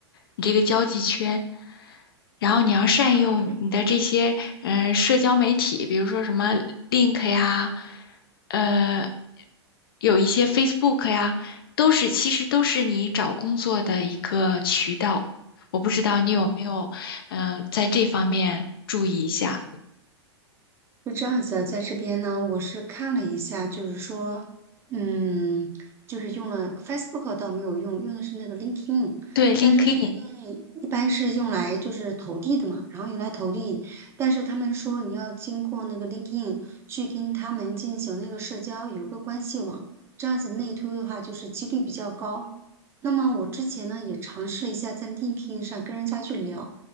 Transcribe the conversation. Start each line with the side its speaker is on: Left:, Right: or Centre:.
Left: 你这个交际圈，然后你要善用你的这些嗯、
Right: 啊。
Left: 呃社交媒体，比如说什么 Link 呀，呃，有一些 Facebook 呀，都是其实都是你找工作的一个渠道。我不知道你有没有嗯、呃在这方面注意一下。
Right: 是这样子的，在这边呢，我是看了一下，就是说，嗯，就是用了 Facebook 倒没有用，用的是那个 LinkedIn，
Left: 对 LinkedIn，
Right: 因为一般是用来就是投递的嘛，然后用来投递，但是他们说你要经过那个 LinkedIn 去跟他们进行那个社交，有个关系网，这样子内推的话，就是几率比较高。那么我之前呢也尝试了一下在 LinkedIn 上跟人家去聊，